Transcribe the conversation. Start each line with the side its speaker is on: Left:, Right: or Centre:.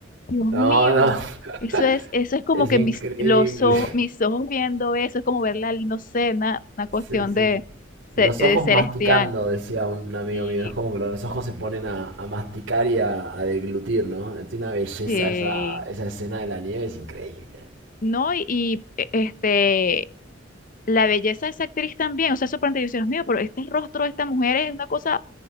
Left: Dios
Right: No,
Left: mío,
Right: no.
Left: eso
Right: <laughs>
Left: es, eso es como
Right: Es
Left: que
Right: increíble.
Left: mis, los ojos, mis ojos viendo eso, es como verla, no sé, una, una cuestión
Right: Sí, sí.
Left: de,
Right: Los
Left: ce- de
Right: ojos
Left: celestial.
Right: masticando, decía un amigo
Left: Y
Right: mío. Es como que los ojos se ponen a, a masticar y a, a deglutir, ¿no? Tiene una belleza
Left: sí,
Right: esa, esa escena de la nieve, es increíble.
Left: no, y, y, e- este la belleza de esa actriz también, o sea, sorprendente, yo decía, Dios mío, pero este rostro de esta mujer es una cosa